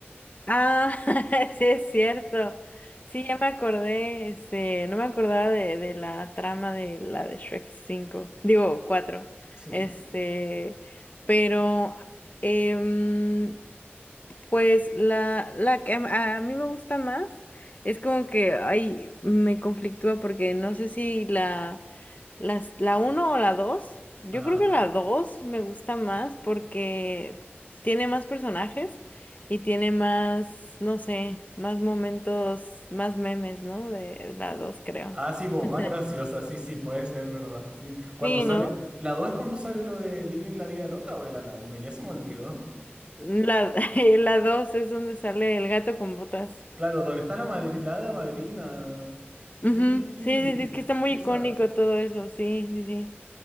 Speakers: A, on the left; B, on the right.
A: Ah, <laughs> sí es cierto. Sí, ya me acordé, este, no me acordaba de, de la trama de la de Shrek cinco digo cuatro
B: Sí.
A: Este, pero em, pues la, la que a, a mí me gusta más es como que ay, me conflictúa porque no sé si la las, la uno o la dos Yo
B: Ajá.
A: creo que la 2 me gusta más porque tiene más personajes y tiene más, no sé, más momentos, más memes, ¿no? De la 2 creo.
B: Ah, sí, como
A: <laughs>
B: más graciosa, sí, sí, puede ser, ¿verdad? Sí. Cuando
A: Sí,
B: sale,
A: ¿no?
B: ¿la 2 es cuando sale lo de Living la Vida Loca o era la uno Ya se me olvidó.
A: La, <laughs> la 2 es donde sale el gato con botas.
B: Claro, ¿dónde está la madrilada madrina? Sí,
A: Ujú, Sí, sí, sí, es que está muy
B: esa.
A: icónico todo eso, sí, sí, sí.